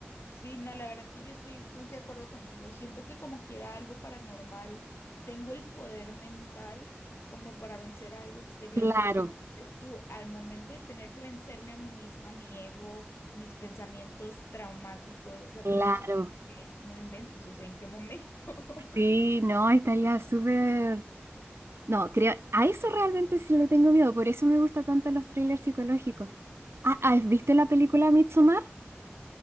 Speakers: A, on the left; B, on the right.
A: Sí, no, la verdad que yo estoy con- de acuerdo contigo. Siento que como quiera algo paranormal, tengo el poder mental como para vencer a algo exterior,
B: Claro,
A: pero como dices tú, al momento de tener que vencerme a mí misma, mi ego, mis pensamientos traumáticos, o sea,
B: claro.
A: todo eso es como que no inventes, o sea, ¿en qué momento? <laughs>
B: Sí, no, estaría súper No, creo, a eso realmente sí le tengo miedo, por eso me gustan tanto los thrillers psicológicos. Ah, ah, ¿viste la película Midsommar?